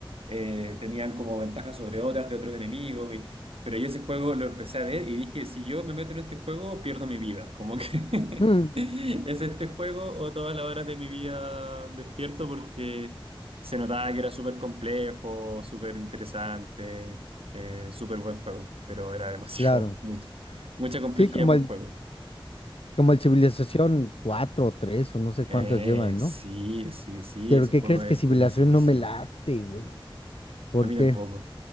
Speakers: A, on the right; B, on the left.
A: eh, tenían como ventajas sobre otras de otros enemigos. y- pero yo ese juego lo empecé a ver y dije, si yo me meto en este juego, pierdo mi vida. Como que
B: mm,
A: <laughs> es este juego o todas las horas de mi vida despierto porque se notaba que era súper complejo, súper interesante, eh, súper buen juego, pero era demasiado,
B: claro.
A: <laughs> mucho, mucha complejidad
B: Sí, como
A: para
B: el,
A: un juego.
B: como el Civilización 4 o 3 o no sé
A: Eh,
B: cuántas llevan,
A: sí,
B: ¿no?
A: sí, sí,
B: Pero
A: ese
B: ¿qué
A: juego
B: crees
A: es
B: que Civilización
A: conocidísimo.
B: no me late, güey? ¿Por
A: A mí tampoco.
B: qué?